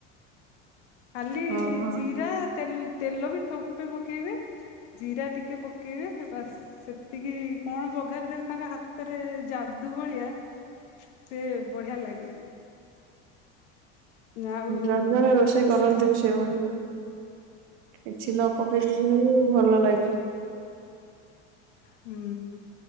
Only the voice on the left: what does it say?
ଖାଲି
ଜିରା ତେଲ ତେଲ ବି ଠୋପେ ପକେଇବେ। ଜିରା ଟିକେ ପକେଇବେ ବାସ। ସେତିକି କ'ଣ? ବଘାରିଦେବେ ତାଙ୍କ ହାତରେ ଯାଦୁ ଭଳିଆ। ସେ ବଢିଆ ଲାଗେ। ଆଉ
ହୁଁ
ହୁଁ
ହୁଁ